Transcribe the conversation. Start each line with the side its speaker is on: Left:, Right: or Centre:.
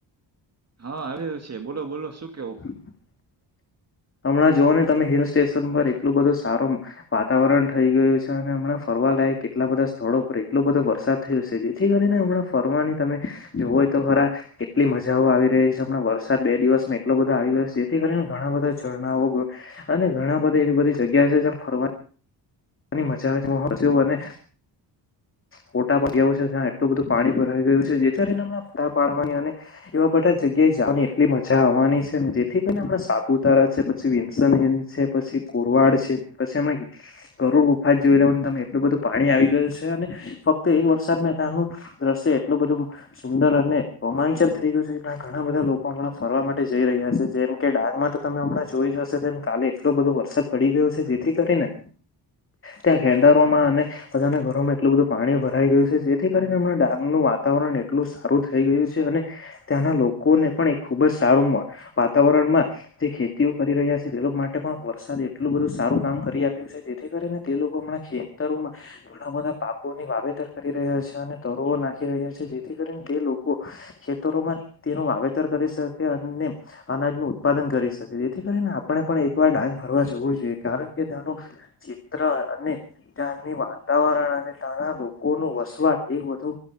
Right: હા આવી રહ્યો છે, બોલો બોલો શું કેવું
Left: <inaudible> હમણાં જોુઓ ને તમે હિલ સ્ટેશન પર એટલું બધું સારું વાતાવરણ થઈ ગયું છે અને હમણા ફરવા લાયક કેટલા બધા સ્થળો પર એટલો બધો વરસાદ થયું છે જેથી કરીને હમણાં ફરવાની તમે જો હોય તો ખરા એટલી મજાઓ આવી રહી છે હમણા વરસાદ બે દિવસમાં એટલો બધો આવી ગ્યો છે, જેથી કરીને ઘણા બધા ઝરણા વગર અને ઘણા બધા એવી બધી જગ્યા છે, જે ફરવા અને મજા આવે જેવું અને ફટા પગ્યા છે ત્યાં એટલું બધું પાણી ભરાઈ ગયું છે જેને ફટા પાડવા એવા બધા જગ્યાએ જવાની એટલી મજા આવવાની છે ને જેથી કરીને હમણા સાપુતારા છે. પછી વિન્સન હિલ છે પછી કુરવાડ છે પછી એમને ક ગરુડ ગફા જોઈ લેવાને તમે એટલું બધું પાણી આવી ગયું છે, અને ફક્ત એ વરસાદ મે તનું દ્રશ્ય એટલું બધું સુંદર અને રોમાંચક થઈ ગયું છે એટ ઘણા બધા લોકો હમણાં ફરવા માટે જઈ રહ્યા છે જેમ કે ડાંગમાં તો તમે હમણાં જોઈ જશે કાલે એટલો બધો વરસાદ પડી ગયો છે જેથી કરીને ત્યાં ખેંડારવામાં અને બધાના ઘરોમાં એટલું બધું પાણી ભરાઈ ગયું છે જેથી કરીને હમણાં ડાંગનું વાતાવરણ એટલું સારું થઈ ગયું છે, અને ત્યાંના લોકોને પણ એક ખુબ જ સારું વાતાવરણમાં જે ખેતીઓ કરી રહ્યા છે તે લોકો માટે પણ વરસાદ એટલું બધું સારું કામ કરી આપ્યું છે. જેથી કરીને તે લોકો હમણાં ખેતરોમાં ઘણા બધા પાકોની વાવેતર કરી રહ્યા છે અને તરો નાખી રહ્યા છે, જેથી કરીને તે લોકો ખેતરોમાં તેનું વાવેતર કરી શકે અને અનાજનું ઉત્પાદન કરી શકે જેથી કરીને આપણે પણ એકવાર ડાંગ ફરવા જોવું જોઈએ કારણ કે તેનુ ચિત્ર અને. ત્યાંની વાતાવરણ અને ત્યાંના લોકો નું વસવાટ એ બધુ